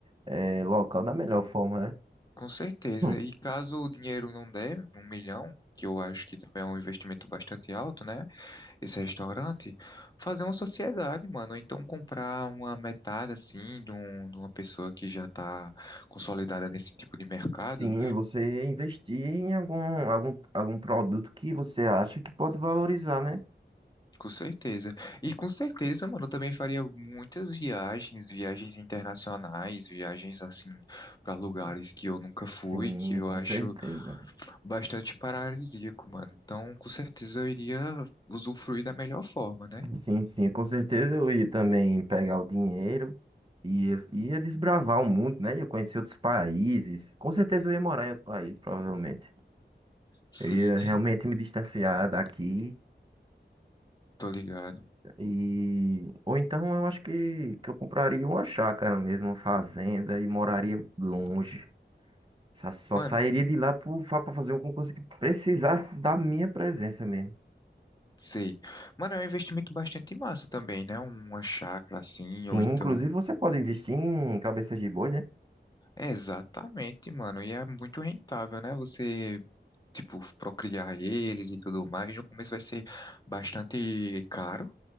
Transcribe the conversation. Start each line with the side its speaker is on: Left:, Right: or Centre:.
Right: eh, local da melhor forma,
Left: Com certeza.
Right: né?
Left: E caso o dinheiro não der, um milhão, que eu acho que também é um investimento bastante alto, né? Esse restaurante, fazer uma sociedade, mano. Ou então comprar uma metade, assim, de, um- de uma pessoa que já tá consolidada nesse tipo de mercado.
Right: Sim, você investir em algum, algum, algum produto que você acha que pode valorizar, né?
Left: Com certeza. E com certeza, mano, eu também faria muitas viagens, viagens internacionais, viagens, assim, para lugares que eu nunca
Right: Sim,
Left: fui, que eu
Right: com
Left: acho.
Right: certeza.
Left: bastante paradisíaco, mano. Então, com certeza eu iria usufruir da melhor forma, né?
Right: Sim, sim, com certeza eu ia também pegar o dinheiro e ia, ia desbravar o mundo, né? Ia conhecer outros países. Com certeza eu ia morar em outro país, provavelmente.
Left: Sim,
Right: Eu ia realmente
Left: sim,
Right: me distanciar daqui
Left: tô ligado.
Right: e... Ou então eu acho que, que eu compraria uma chácara mesmo, uma fazenda e moraria longe. Sa- Só
Left: Mano,
Right: sairia de lá para fazer um concurso que precisasse da minha presença mesmo.
Left: sei. Mano, é um investimento bastante massa também, né? Uma chácara assim,
Right: Sim,
Left: ou então.
Right: inclusive você pode investir em cabeças de boi, né?
Left: É, exatamente, mano. E é muito rentável, né? Você, tipo, procriar eles e tudo mais. No começo vai ser bastante caro.